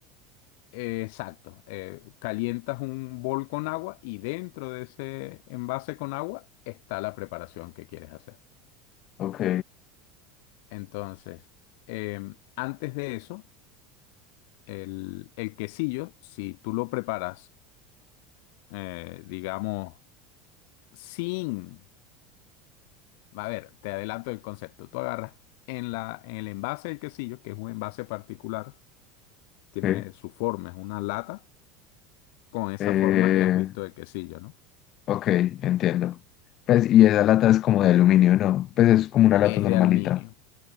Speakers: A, on the left; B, on the left.
A: eh, exacto. Eh, calientas un bol con agua y dentro de ese envase con agua está la preparación que quieres hacer.
B: Ok,
A: Entonces, eh, antes de eso, el, el quesillo, si tú lo preparas, eh, digamos, sin... A ver, te adelanto el concepto. Tú agarras en la, en el envase del quesillo, que es un envase particular, tiene
B: ok,
A: su forma, es una lata con esa
B: eh,
A: forma que has visto del quesillo, ¿no?
B: ok, entiendo. Pues, y esa lata es como de aluminio, ¿no? Pues es como una lata
A: Es
B: normalita.
A: de aluminio,